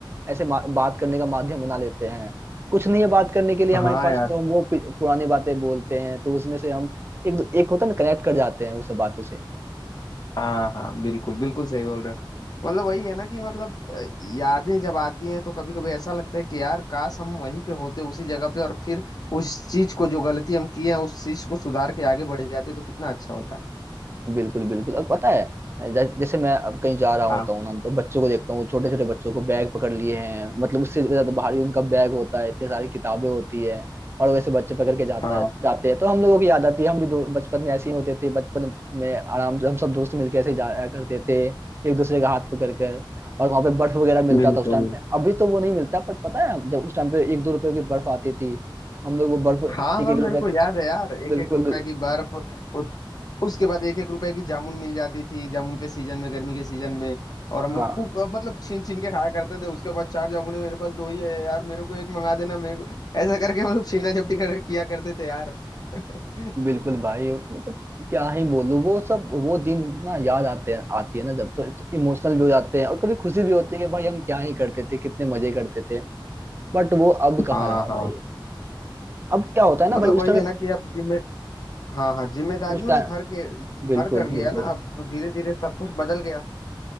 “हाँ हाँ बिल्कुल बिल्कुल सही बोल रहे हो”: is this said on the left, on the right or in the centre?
Left